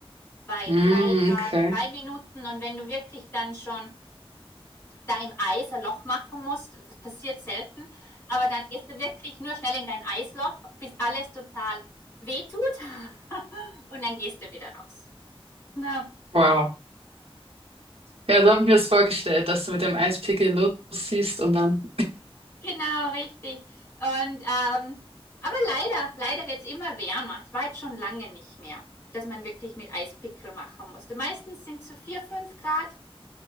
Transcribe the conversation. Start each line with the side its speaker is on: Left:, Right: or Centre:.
Left: bei
Right: Mm,
Left: 3 Grad,
Right: okay.
Left: 3 Minuten. Und wenn du wirklich dann schon da im Eis ein Loch machen musst. Das passiert selten. Aber dann gehst du wirklich nur schnell in dein Eisloch, bis alles total wehtut <laughs> Und dann gehst du wieder raus. Ja,
Right: Wow. Ja, so habe ich mir das vorgestellt, dass du mit dem Eispickel losziehst und dann.
Left: genau, richtig. Und, ähm, aber leider, leider wird es immer wärmer. Es war jetzt schon lange nicht mehr, dass man wirklich mit Eispickel machen musste. Meistens sind es so 4, 5 Grad